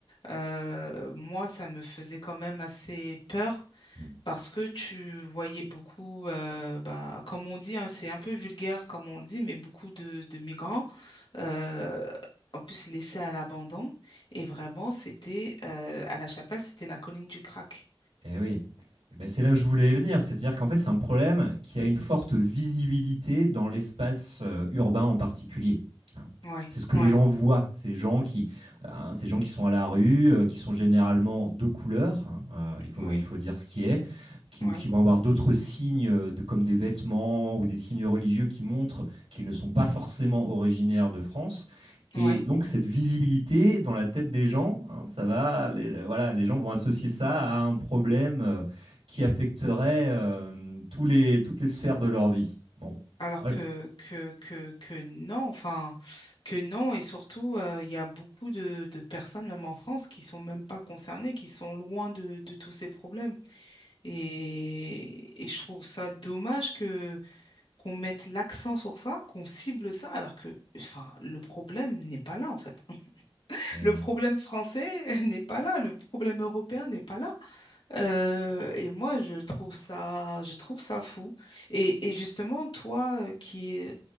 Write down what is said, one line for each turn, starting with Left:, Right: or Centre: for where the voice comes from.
Left: euh, moi, ça me faisait quand même assez peur
Right: Hmm.
Left: parce que tu voyais beaucoup, euh, bah, comme on dit, hein, c'est un peu vulgaire comme on le dit, mais beaucoup de, de migrants, euh, en plus laissés à l'abandon. Et vraiment, c'était, euh, à La Chapelle, c'était la colline du crack.
Right: Eh oui. Eh ben, c'est là où je voulais venir. C'est-à-dire qu'en fait, c'est un problème qui a une forte visibilité dans l'espace euh, urbain en particulier. hein.
Left: Oui,
Right: C'est ce que
Left: oui,
Right: les gens voient, ces gens qui, hein, ces gens qui sont à la rue, euh, qui sont généralement de couleur, hein, euh, il faut,
Left: oui,
Right: il faut dire ce qui est, qui,
Left: oui,
Right: ou qui vont avoir d'autres signes euh, de- comme des vêtements ou des signes religieux qui montrent qu'ils ne sont pas forcément originaires de France. Et
Left: oui.
Right: donc, cette visibilité dans la tête des gens, hein, ça va, les, voilà, les gens vont associer ça à un problème euh, qui affecterait euh, tous les, toutes les sphères de leur vie. Bon,
Left: Alors
Right: ouais,
Left: que, que, que, que non, enfin, que non, et surtout, euh, il y a beaucoup de, de personnes, même en France, qui sont même pas concernées, qui sont loin de, de tous ces problèmes. Et, et je trouve ça dommage que qu'on mette l'accent sur ça, qu'on cible ça, alors que, enfin, le problème n'est pas là, en fait. <laughs>
Right: eh
Left: Le
Right: oui.
Left: problème français <laughs> n'est pas là, le problème européen n'est pas là. Euh, et moi, je trouve ça, je trouve ça fou. Et, et justement, toi, euh, qui est